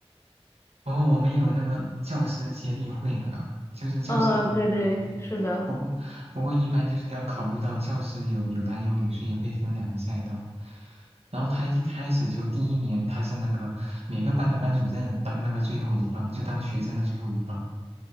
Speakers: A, on the right; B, on the left.
A: 哦，我们有那个教师接力会呢，就是教师接力，
B: 呃，对对，
A: 嗯，对。
B: 是的。
A: 不过，不过一般就是要考虑到教师有有男有女，所以会分两个赛道。然后他一开始就第一年他是那个每个班的班主任当那个最后一棒，就当学生的最后一棒。